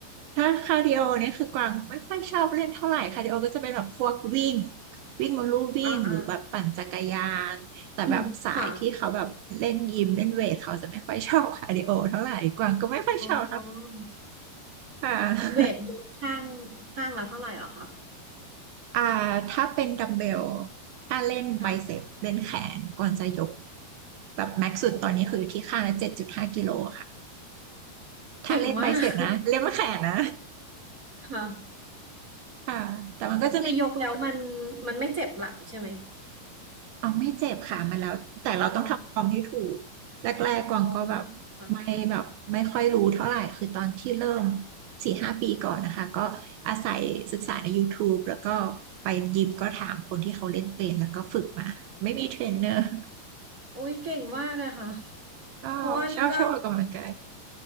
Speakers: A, on the right; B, on the right.
A: ถ้าคาร์ดิโอเนี่ยคือกวางไม่ค่อยชอบเล่นเท่าไหร่คาร์ดิโอก็จะเป็นแบบพวกวิ่งวิ่งบนลู่วิ่งหรือแบบปั่นจักรยานแต่แบบสายที่เขาแบบเล่นยิมเล่นเวทเขาจะไม่ค่อยชอบคาร์ดิโอเท่าไหร่กวางก็ไม่ค่อยชอบเท่าไหร่
B: อ่าอ่าอืมค่ะอ๋อ
A: ค่ะ <laughs>
B: เวทอยู่ข้างข้างละเท่าไหร่เหรอคะ
A: อ่าถ้าเป็นดัมเบลถ้าเล่นไบเซปเล่นแขนก่อนจะยก
B: ค่ะ
A: แบบแม็กซ์สุดตอนนี้คือที่ข้างละเจ็ดจุดห้ากิโลค่ะถ้าเล่นไบเซปนะเล่นแขนนะ
B: เก่งมาก <laughs> ค่ะ
A: <laughs> ค่ะแต่มันก็จะมี
B: แต่คือยกแล้วมันมันไม่เจ็บหลังใช่ไหม
A: เอาไม่เจ็บค่ะมันแล้วแต่เราต้องทำฟอร์มให้ถูกแรกๆกวางก็แบบไม่แบบไม่ค่อยรู้เท่าไหร่คือตอนที่เริ่ม
B: อ๋ออ๋อค่ะ
A: สี่ห้าปีก่อนนะคะก็อาศัยศึกษาใน YouTube แล้วก็ไปยิมก็ถามคนที่เขาเล่นเป็นแล้วก็ฝึกมาไม่มีเทรนเนอร์
B: อุ๊ยเก่งมากเลยค่ะ
A: ก็ชอบชอบออกกำลังกาย
B: เพราะว่านี่ก็